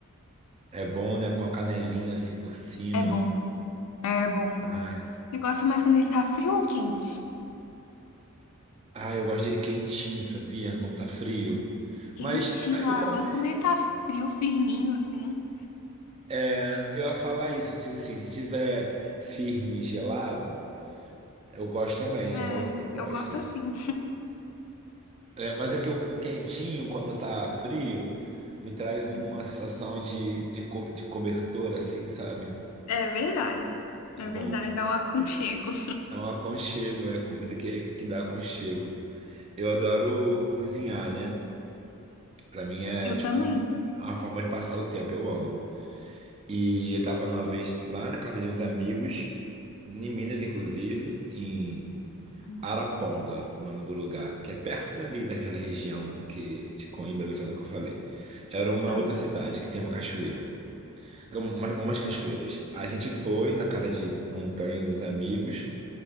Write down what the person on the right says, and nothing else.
É bom, né? Com a canelinha assim por cima.
Ai.
Ai, eu gosto dele quentinho, sabia? Quando tá frio.
Mas ai, eu
como.
É, eu ia falar isso. Tipo assim, se tiver firme, gelado, eu gosto também. É
uma outra proposta.
É, mas é que o, o quentinho, quando tá frio, me traz uma
sensação de, de, co- de cobertor, assim, sabe?
É
bom.
É um aconchego, é comida que, que dá aconchego. Eu adoro cozinhar, né? Pra mim é
tipo
a forma de passar o tempo, eu amo. E eu tava uma vez lá na casa de uns amigos, em Minas, inclusive, em
Araponga, o nome do lugar, que é perto dali, daquela região que, de Coimbra, Viçosa, que eu falei. Era uma
outra cidade que tem uma cachoeira, Então, uma- umas
cachoeiras. A gente foi na casa de montanha de uns amigos,